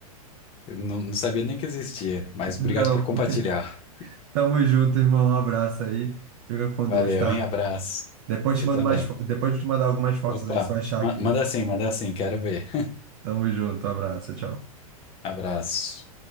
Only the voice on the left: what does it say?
Eu não, não sabia nem que existia, mas
obrigado por compartilhar.
Valeu,
hein? Abraço.
Você
também.
Opa,
ma-
manda assim, manda assim, quero ver.
Abraço.